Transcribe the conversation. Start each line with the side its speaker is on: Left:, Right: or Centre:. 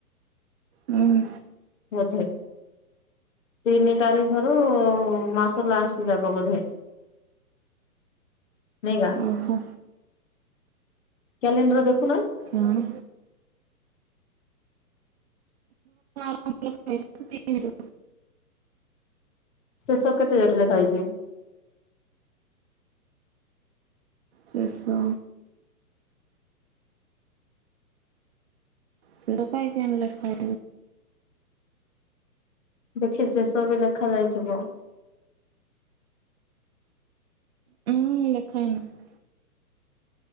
Right: ହୁଁ
Left: ବୋଧେ। ତିନି ତାରିଖର ମାସ ଲାଷ୍ଟ ଯାକ ବୋଧେ। ନେଇବା
Right: ଓହୋ
Left: କ୍ୟାଲେଣ୍ଡର ଦେଖୁନ।
Right: କଣ <unintelligible>
Left: ଶେଷକୁ କେତେ ଡେଟ ଲେଖା ଯାଇଛି?
Right: ଚଶହ ସେ ଦୋକାଇ କେ ଆଣିଲେ ଖ।
Left: ଦେଖି ଶେଷ ବି ଲେଖା ଯାଇଥିବ।
Right: ହୁଁ ଲେଖାଏନାହିଁ।